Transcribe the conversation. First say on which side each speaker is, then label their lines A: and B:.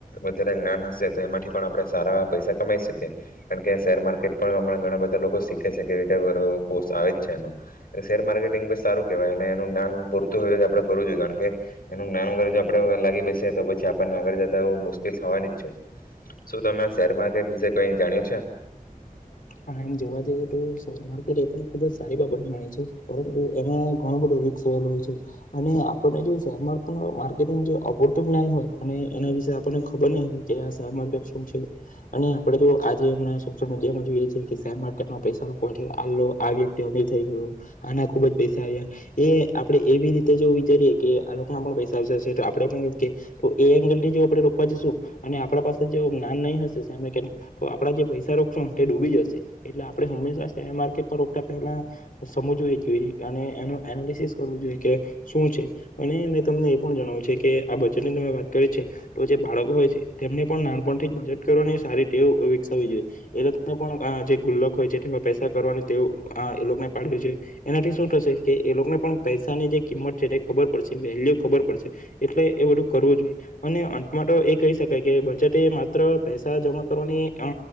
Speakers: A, on the left (about 85°); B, on the left (about 65°).
A: વધારે જ્ઞાન હશે તો એમાંથી પણ આપણે સારા પૈસા કમાઈ શકીએ કારણ કે શેર માર્કેટ પણ હમણાં ઘણા બધા લોકો શીખે છે કેવી રીતે કરો કોર્ષ આવે જ છે એનો શેર માર્કેટિંગ બી સારું કેવાય એનું જ્ઞાન તુ હોય તો આપણે કરવું જોઈએ કારણ કે એનું જ્ઞાન વગર જ આપણે લાગી બેસે તો પછી આપણને આગળ જતા એવુ મુશ્કેલ થવાની જ છે શું તમે શેર માર્કેટ વિશે કઈ જાણ્યું છે.
B: હા એમ જોવા જઈએ તો શેર માર્કેટ એ પણ ખુબ જ સારી બાબત ગણાય છે પરંતુ એમાં ઘણો બધો રીકસ રહેલો હોય છે અને આપણને જો શેર માર્કેટ અપૂરતું જ્ઞાન હોય અને એના વિશે આપને ખબર નહી હો કે આ શેર માર્કેટ શું છે અને આપડે તો આજે હમણાં સોશિયલ મીડિયામાં જોઈએ કેમકે શેર માર્કેટમાં પૈસા રોકવાથી આલો આ વ્યક્તિ અમીર થઈ ગયો આના ખુબ જ પૈસા આવ્યા એ આપડે એવી રીતે જો વિચારીએ કે આ લોકો ના પણ પૈસા આવશે હશે તો આપડે પણ રોકીએ તો એ એંગલ થી જો આપણે રોકવા જઈશું અને આપડા પાસે જો જ્ઞાન નહીં હશે શેર માર્કેટ તો આપડા જે પૈસા રોકશો તે ડૂબી જશે છે એટલે આપણે હંમેશા શેર માર્કેટ પર રોકતા પહેલા સમજવી જોઈએ અને એનું એનાલિસિસ કરવું જોઈએ કે શું છે અને મેં તમને એ પણ જણાવ્યું છે કે આ બજેટની તમે વાત કરી છે તો જે બાળકો હોય છે તેમને પણ નાનપણ થી બજેટ કરવાની સારી ટેવ વિકસાવવી જોઈએ એલોકોને પણ આ જે ગુલ્લક હોય છે તેમાં પૈસા કરવાનું તેવ અ એ લોકોને પાડ્યું છે એનાથી શું થશે કે એ લોકોને પણ પૈસાની જે કિંમત છે તે ખબર પડશે વેલ્યુ ખબર પડશે એટલે એ બધું કરવું જોઈએ અને અંત માતો એ કહી શકાય કે બજેટ એ માત્ર પૈસા જમા કરવાની અ